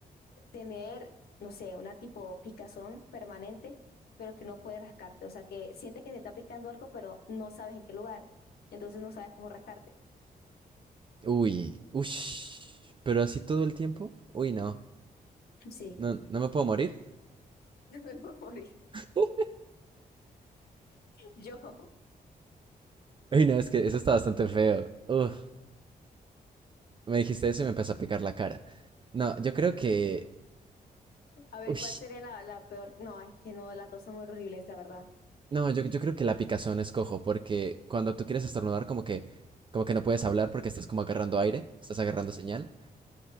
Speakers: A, on the left; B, on the right.
A: tener, no sé, una tipo picazón permanente, pero que no puedes rascarte. O sea, que sientes que te está picando algo, pero no sabes en qué lugar. Entonces no sabes cómo rascarte.
B: Uy, ush. Pero así todo el tiempo. Uy, no.
A: Sí,
B: No, no me puedo morir.
A: <laughs> me puedo morir.
B: <laughs>
A: <laughs> Yo.
B: Uy, no, es que eso está bastante feo. Uf. Me dijiste eso y me empezó a picar la cara. No, yo creo que...
A: A ver,
B: Uy,
A: ¿cuál sería la, la peor? No, es que no, las dos son muy horribles, la verdad.
B: no, yo, yo creo que la picazón es cojo, porque cuando tú quieres estornudar, como que, como que no puedes hablar porque estás como agarrando aire, estás agarrando señal,